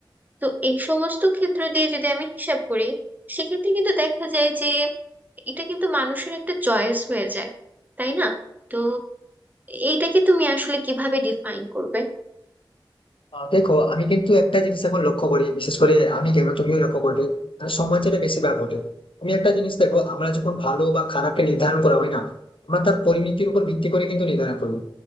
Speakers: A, on the right; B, on the left.
A: তো এই সমস্ত ক্ষেত্র দিয়ে যদি আমি হিসাব করি সেক্ষেত্রে কিন্তু দেখা যায় যে এটা কিন্তু মানুষের একটা চয়েস হয়ে যায় তাই না তো এইটাকে তুমি আসলে কিভাবে ডিফাইন করবে
B: আহ দেখো আমি কিন্তু একটা জিনিস এখন লক্ষ্য করি বিশেষ করে আমি কেন তুমিও লক্ষ্য করবে কারণ সমাজের বেশিরভাগ ঘটে তুমি একটা জিনিস দেখো আমরা যখন ভালো বা খারাপকে নির্ধারণ করা হয় না আমরা তার পরিণতির উপর ভিত্তি করে কিন্তু নির্ধারণ করি